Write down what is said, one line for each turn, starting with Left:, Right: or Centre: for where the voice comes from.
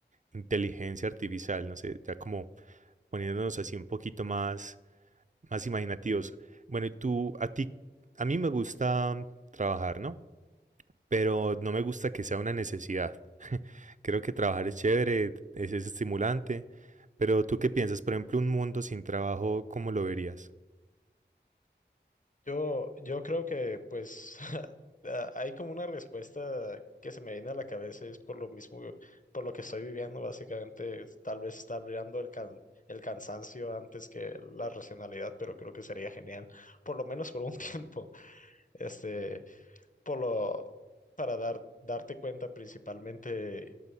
Right: inteligencia artificial, no sé, ya como poniéndonos así un poquito más, más imaginativos. Bueno, y tú, a ti, a mí me gusta trabajar, ¿no? pero no me gusta que sea una necesidad. <laughs> Creo que trabajar es chévere, es, es estimulante, pero ¿tú qué piensas? Por ejemplo, un mundo sin trabajo, ¿cómo lo verías?
Left: Yo, yo creo que pues <laughs> a- hay como una respuesta que se me viene a la cabeza y es por lo mismo, por lo que estoy viviendo, básicamente, es- tal vez está brillando el can- el cansancio antes que la racionalidad, pero creo que sería genial, por lo menos por un <laughs> tiempo, este, por lo, para dar, darte cuenta principalmente